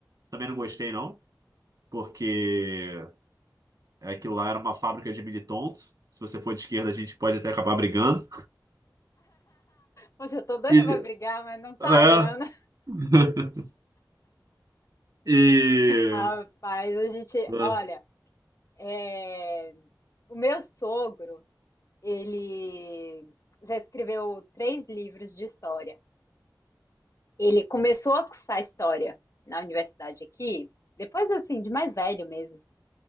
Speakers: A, on the right; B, on the left.
A: também não gostei, não, porque Aquilo lá era uma fábrica de militontos. Se você for de esquerda, a gente pode até acabar brigando.
B: Poxa, eu tô doida
A: E,
B: pra brigar, mas não tá
A: é,
B: dando.
A: <laughs> e,
B: Rapaz, a gente,
A: é,
B: olha. É, O meu sogro, ele já escreveu três livros de história. Ele começou a cursar história na universidade aqui, depois assim, de mais velho mesmo.